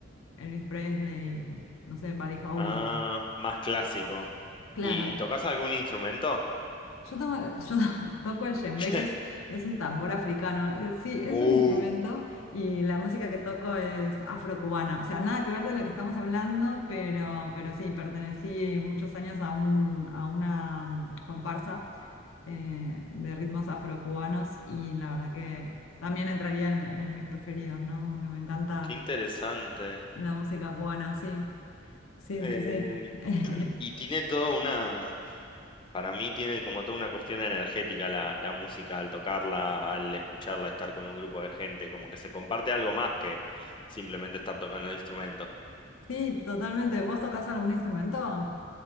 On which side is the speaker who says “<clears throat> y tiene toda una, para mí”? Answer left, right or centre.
Left